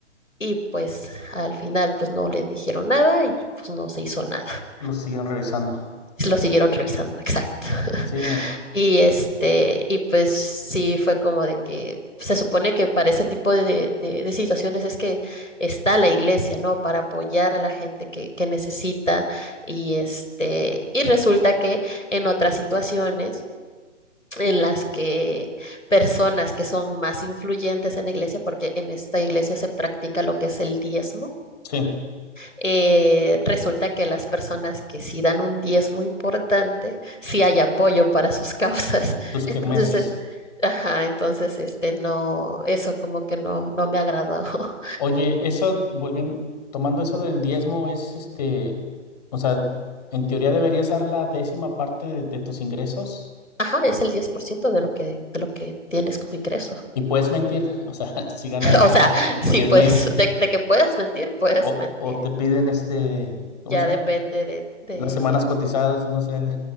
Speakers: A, on the left (about 85°); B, on the left (about 35°).
A: y pues al final pues no le dijeron nada y pues no se hizo nada
B: lo siguen revisando,
A: lo siguieron revisando, exacto.
B: sí,
A: Y este, y pues sí fue como de que se supone que para ese tipo de, de- de situaciones es que está la iglesia, ¿no? Para apoyar a la gente que, que necesita y este, y resulta que en otras situaciones en las que personas que son más influyentes en la iglesia, porque en esta iglesia se practica lo que es el diezmo,
B: sí,
A: eh, resulta que las personas que sí dan un diezmo importante, sí hay apoyo para sus causas.
B: tus
A: <laughs> Entonces,
B: kermeses.
A: eh, ajá, entonces, este, no, eso como que no, no me agradó. <laughs>
B: Oye, eso, volviendo, tomando eso del diezmo, es este, o sea, en teoría deberías dar la décima parte de, de tus ingresos
A: Ajá, es el 10% de lo que, de lo que tienes como ingreso.
B: y puedes mentir, o sea, <laughs> si ganas,
A: <laughs> O sea,
B: no sé,
A: sí
B: diez
A: puedes,
B: mil
A: de, de que puedes mentir, puedes
B: o,
A: mentir.
B: o te piden este, ¿cómo
A: Ya
B: se llama?
A: depende de, de,
B: Las semanas cotizadas, o no sé, el-